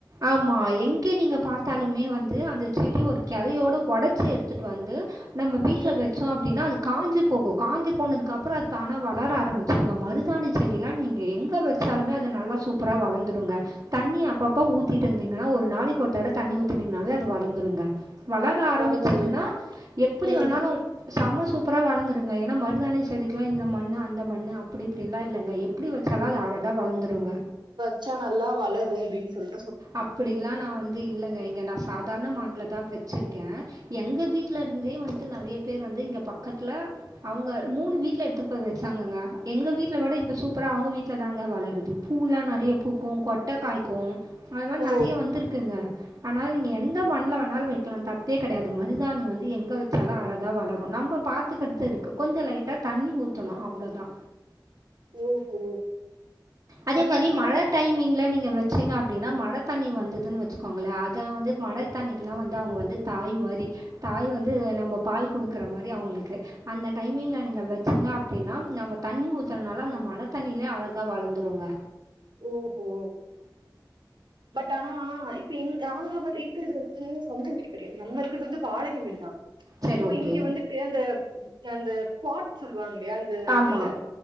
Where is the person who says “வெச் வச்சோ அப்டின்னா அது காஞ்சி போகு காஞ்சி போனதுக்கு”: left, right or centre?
Right